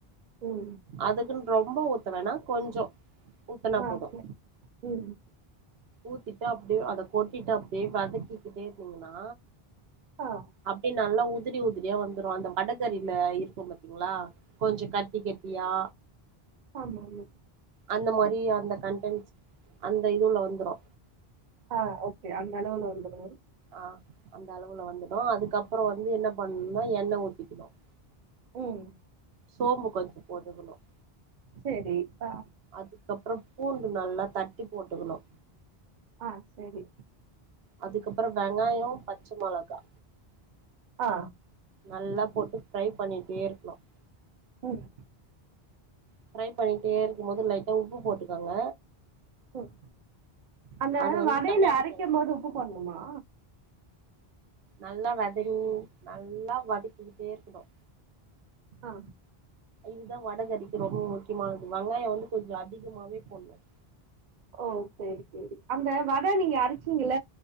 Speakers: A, on the right (about 50°); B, on the right (about 75°).
A: உம்
B: அதுக்குன்னு ரொம்ப ஊத் த வேணா கொஞ்சோ ஊத்துனா
A: ஆ
B: போதும்
A: சரி ம்
B: ஊத்திட்டு அப்டியே அத கொட்டிட்டு அப்டியே வதக்கிக்கிட்டே இருந்தீங்கன்னா
A: ஆஹ்
B: அப்டியே நல்லா உதிரி உதிரியா வந்துரு அந்த வடகரில இருக்கும் பாத்தீங்களா கொஞ்ச கட்டி கட்டியா
A: ஆமா ஆமா
B: அந்த மாரி அந்த கண்டன்ட்ஸ் அந்த இதுல வந்து ரு
A: ஆ ஓகே அந்த அளவுல வந்துரு
B: ஆ அந்த அளவுல வந்துடும் அதுக்கப்புறம் வந்து இது என்ன பண்ணும்னா எண்ண ஊத்திக்கணும்
A: ம்
B: சோம்பு கொஞ்சம் போட்டுக்கணும்
A: சேரி ஆ
B: அதுக்கப்பறம் பூண்டு நல்லா தட்டி போட்டுக்கணு
A: ஆ சரி
B: அதுக்கப்பறம் வெங்காயம் பச் சும்மா அழகா
A: ஆ
B: நல்லா போட்டு ஃப்ரை பண்ணிட்டே இருக்கணும்
A: ம்
B: ஃப்ரை பண்ணிட்டே இருக்கும்போது லைட்டா உப்பு போட்டுக்காங்க
A: ம் அந்த
B: அது வந்து
A: வடையில
B: கலாடி
A: அரைக்கும்
B: பழக்க
A: போது உப்பு போடணுமா
B: நல்லா வத நல்லா வதக்கிட்டே இருக்கணும்
A: ஆ
B: இதுதா வட கறிக்கு ரொம்ப முக்கியமானது வெங்காயம் வந்து கொஞ்சம் அதிகமாவே போடணும்
A: ஓ சரி சரி அந்த வட நீங்க அரைச்சீங்கள